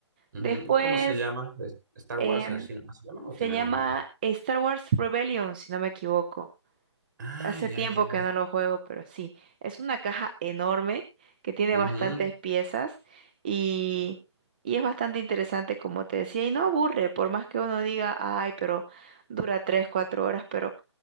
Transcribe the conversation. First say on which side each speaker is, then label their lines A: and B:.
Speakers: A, on the right; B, on the right.
A: ujú.
B: Después,
A: ¿Y ¿Cómo se llama? ¿Es- ¿Star
B: em,
A: Wars así nomás se llama o
B: se
A: tiene
B: llama
A: algún...?
B: Star Wars Rebellion, si no me equivoco.
A: Ah,
B: Hace
A: ya,
B: tiempo
A: ya.
B: que no lo juego, pero sí, es una caja enorme que tiene bastantes
A: Ujú,
B: piezas y, y es bastante interesante, como te decía, y no aburre, por más que uno diga, ay, pero dura 3, 4 horas, pero